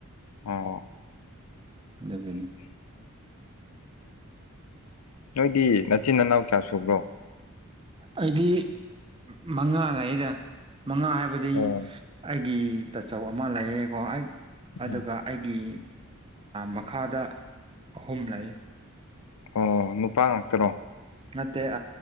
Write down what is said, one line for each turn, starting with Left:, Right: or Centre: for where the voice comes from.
Left: ꯑꯣ
Right: ꯗꯕꯅꯤ
Left: ꯅꯣꯏꯗꯤ ꯅꯆꯤꯟ ꯅꯅꯥꯎ ꯀꯌꯥ ꯁꯨꯕ꯭ꯔꯣ
Right: ꯑꯩꯗꯤ ꯃꯉꯥꯅꯦ ꯑꯩꯗ ꯃꯉꯥ ꯍꯥꯏꯕꯗꯤ
Left: ꯑꯣ
Right: ꯒꯤ ꯇꯥꯆꯧ ꯑꯃ ꯂꯩꯌꯦꯀꯣ ꯑꯩ
Left: ꯎꯝ
Right: ꯑꯗꯨꯒ ꯑꯩꯒꯤ ꯃꯈꯥꯗ ꯑꯍꯨꯝ ꯂꯩ
Left: ꯑꯣ ꯅꯨꯄꯥ ꯉꯥꯛꯇꯔꯣ
Right: ꯅꯠꯇꯦ